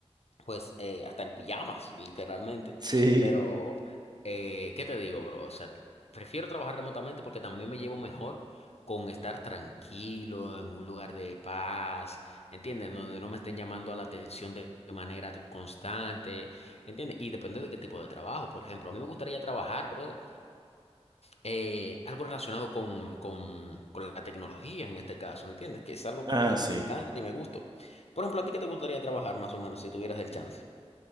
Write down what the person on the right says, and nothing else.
Sí.
Ah,
sí.